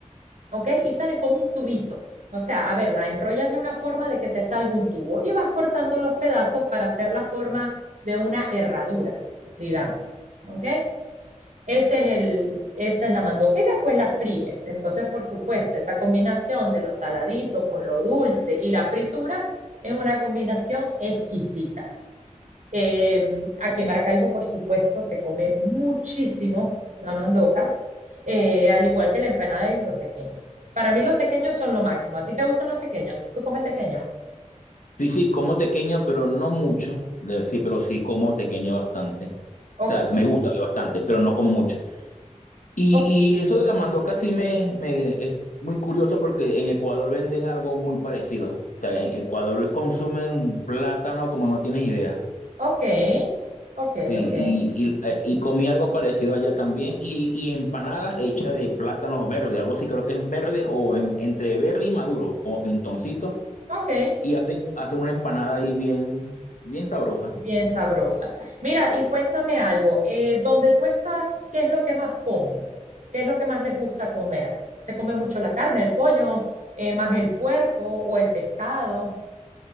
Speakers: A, on the right; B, on the left.
A: ¿ok? Y salen como un tubito. O sea, a ver, la enrollas de una forma de que te salga un tubo y vas cortando los pedazos para hacer la forma de una herradura, digamos, ¿ok? Ese es el, esa es la mandoca y después la fríes. Entonces, por supuesto, esa combinación de lo saladito con lo dulce y la fritura es una combinación exquisita. Eh, aquí en Maracaibo, por supuesto, se come muchísimo la mandoca, eh, al igual que la empanada y los tequeños. Para mí los tequeños son lo máximo. ¿A ti te gustan los tequeños? ¿Tú comes tequeños?
B: Sí, sí, como tequeño, pero no mucho. Le- Sí, pero sí como tequeño bastante.
A: Ok,
B: O sea, me gusta bastante, pero no como mucho. Y,
A: o-
B: y eso de la mandoca sí me, me es muy curioso porque en Ecuador venden algo muy parecido. O sea, en Ecuador consumen plátano como no tienes idea.
A: ok, ok,
B: Sí,
A: ok,
B: y, y, eh, y comí algo parecido allá también. Y, y empanadas hechas de plátanos verdes, algo así creo que es verde o en- entre verde y maduro, como pintoncito.
A: ok.
B: Y hacen, hacen una empanada ahí bien, bien sabrosa.
A: Bien sabrosa. Mira, y cuéntame algo. eh, ¿dónde tú estás, qué es lo que más comen? ¿Qué es lo que más les gusta comer? ¿Se come mucho la carne, el pollo, eh, más el puerco o el pescado?